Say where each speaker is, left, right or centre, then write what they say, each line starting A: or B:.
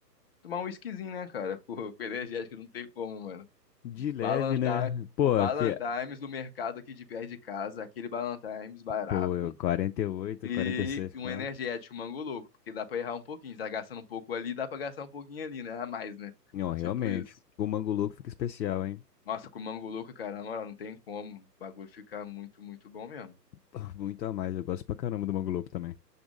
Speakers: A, on the left; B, on the left.
A: tomar um whiskyzinho, né, cara? <laughs> Com, com energético não tem como, mano.
B: De leve,
A: Balantar,
B: né? Pô,
A: o Ballantimes
B: aqui. é-
A: do mercado aqui de perto de casa, aquele Ballantimes barato
B: Pô, eu 48,
A: e
B: 46,
A: um
B: quanto?
A: energético, um mango louco, porque dá pra errar um pouquinho, tá gastando um pouco ali, dá pra gastar um pouquinho ali, né? A mais, né?
B: Não, realmente.
A: Tipo isso.
B: O Mango Louco fica especial, hein?
A: Nossa, com Mango Louco, cara, na moral, não tem como. O bagulho ficar muito, muito bom mesmo.
B: Pô, Muito a mais. Eu gosto pra caramba do Mango Louco também.